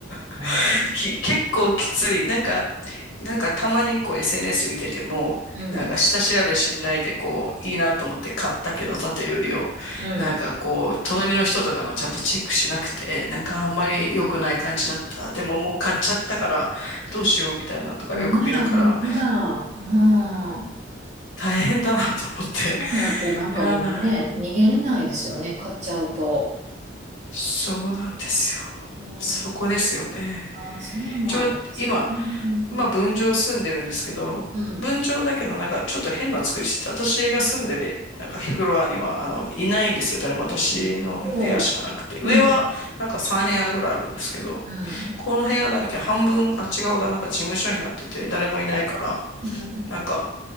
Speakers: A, on the left; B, on the right.
A: <laughs>
B: ー
A: き、結構きつい。なんか、なんかたまにこう SNS 見てても、
B: うん。
A: なんか下調べしないでこう、いいなと思って買ったけど、縦売りを。
B: うん。
A: なんかこう、隣の人とかがちゃんとチェックしなくて、なんかあんまり良くない感じだった。でももう買っちゃったから、どうしようみたいなのとかよく見るから、
B: お前ら本当だ。うん。
A: 大変だなと思って。
B: そうなるとなんかもうね、
A: <laughs> いやー。
B: 逃げれないですよね、買っちゃうと。
A: そうなんですよ。
B: うん、
A: そこですよね。
B: あー、それもありますね。
A: ちょ、今、
B: うん。
A: 今、
B: うん。
A: 分譲住んでるんですけど、
B: うん
A: 分譲だけどなんかちょっと変な作りしてて、私が住んでる、なんかフロアには、あの、いないんですよ。誰も私の部屋しかなくて。
B: おう。うん。
A: 上はなんか3部屋ぐらいあるんですけど、
B: うん。
A: この部屋だけ半分あっち側がなんか事務所になってて、誰もいないから、
B: うん。
A: なんか